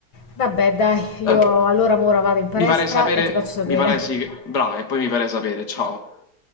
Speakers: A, on the left; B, on the left.
A: Vabbè, dai, io
B: Vabbè,
A: allora ora vado in palestra
B: mi farei sapere,
A: e ti faccio sapere.
B: mi farei sì, bravo, e poi mi farei sapere, ciao.